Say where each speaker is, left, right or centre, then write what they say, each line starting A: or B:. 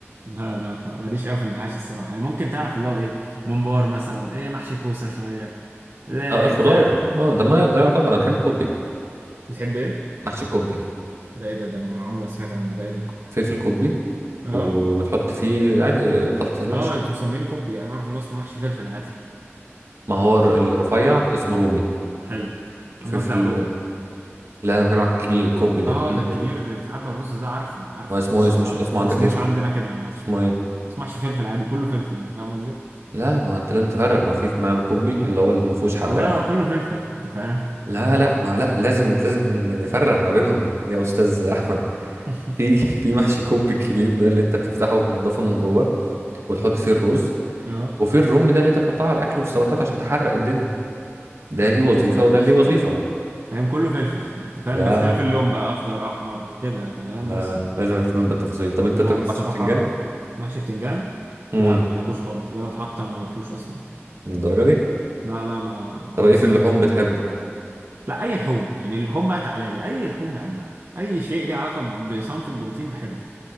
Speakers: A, on the right; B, on the right.
A: لا انا ماليش قوي في المحاشي الصراحه يعني ممكن تعرف اللي هو ايه ممبار مثلا ايه محشي كوسه شويه لا
B: اه الخضار
A: فاهم
B: اه ده ما ده يعتبر انا بحب الكوبي
A: بتحب ايه
B: محشي الكوبي
A: ده ايه ده ده أنا عمري ما سمعت عنه ده ايه ده
B: فلفل كوبي
A: اه
B: و- وتحط فيه عادي خلطه المحشي
A: اه انتوا مسمينه كوبي انا اعرف ان هو اسمه محشي فلفل عادي
B: ما هو الر- الرفيع اسمه رومي
A: حلو
B: الفلفل
A: انا قصدي على الرومي
B: لا انا بكلمك كبير كوبي اللي
A: اه
B: كبير
A: ده الكبير ده اللي بيتعبى الرز ده عارفه عارفه
B: ما اسمه
A: بس
B: إيه؟ اسمه
A: ما
B: مش اسمه عندك
A: ما اسموش
B: إيه اسمه
A: عندنا كده عامه
B: اسمه ايه
A: تسمحش فلفل عادي كله فلفل انت فاهم قصدي
B: لا ما هو انت لازم تفرق ما في ما كوبي اللي هو اللي ما فيهوش حراق
A: والله هو كله فلفل <laughs> انت فاهم
B: لا لا ما لا لازم لازم نفرق ما بينهم يا استاذ احمد
A: <laughs>
B: في في محشي كوب الكبير ده اللي انت بتفتحه وتنضفه من جوه وتحط فيه الرز
A: اه
B: وفي الرومي ده اللي انت بتقطعه على الاكل والسلطات عشان تحرق الدنيا ده ليه
A: لا
B: وظيفه
A: مش عارف
B: وده
A: الصراحة
B: ليه وظيفه
A: فاهم كله فلفل <laughs> انت فاهم
B: لا
A: باختلاف اللون بقى اخضر احمر كده انت فاهم
B: لا
A: بس
B: لا لازم اهتمام بالتفاصيل طب انت
A: لا
B: بتاكل
A: انا الصراحة
B: محشي بتنجان
A: محشي بتنجان
B: امم
A: لا ما بحبوش خالص ده لو اتحط ما باكلوش اصلا
B: الدرجه دي
A: لا لا ما
B: طب
A: ما
B: ايه
A: بستلطفوش
B: في اللحوم بتحبه
A: لا اي لحوم يعني اللحوم بقى تعالى لي اي لحوم بحبها اي شيء ليه علاقة بصنف البروتين بحبه